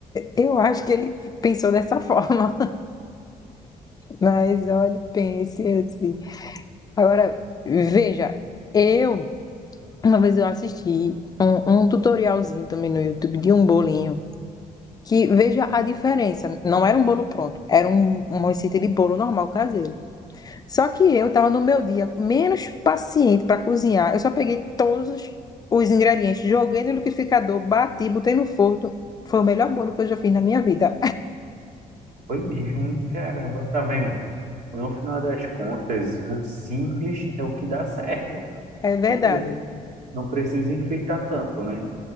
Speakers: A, on the left; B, on the right.
A: eu acho que ele pensou dessa <laughs> forma. Mas olha, pense assim. Agora, veja, eu Uma vez eu assisti um, um tutorialzinho também no YouTube de um bolinho, que veja a diferença. Não era um bolo pronto, era um- uma receita de bolo normal caseiro. Só que eu tava no meu dia menos paciente para cozinhar. Eu só peguei todos os, os ingredientes, joguei no liquidificador, bati, botei no forno. Foi o melhor bolo que eu já fiz na minha vida.
B: Foi mesmo, caramba, tá vendo? No final das contas, o simples é o que dá certo.
A: É verdade,
B: Não, pre- não precisa enfeitar tanto, né?